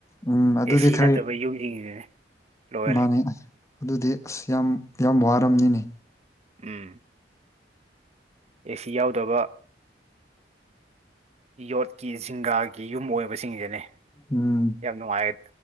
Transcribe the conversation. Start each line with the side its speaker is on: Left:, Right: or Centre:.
Left: ꯎꯝ ꯑꯗꯨꯗꯤ
Right: ꯑꯦꯁꯤ
Left: ꯈꯔ
Right: ꯅꯠꯇꯕ ꯌꯨꯝꯁꯤꯡꯁꯤꯅꯦ ꯂꯣꯏꯔꯦ
Left: ꯃꯥꯅꯦ ꯑꯁ ꯑꯗꯨꯗꯤ ꯑꯁ ꯌꯥꯝ ꯌꯥꯝ ꯋꯥꯔꯝꯅꯤꯅꯤ
Right: ꯎꯝ ꯑꯦꯁꯤ ꯌꯥꯎꯗꯕ ꯌꯣꯠꯀꯤ ꯁꯤꯡꯒꯥꯒꯤ ꯌꯨꯝ ꯑꯣꯏꯕꯁꯤꯡꯁꯤꯅꯦ
Left: ꯎꯝ
Right: ꯌꯥꯝ ꯅꯨꯡꯉꯥꯏ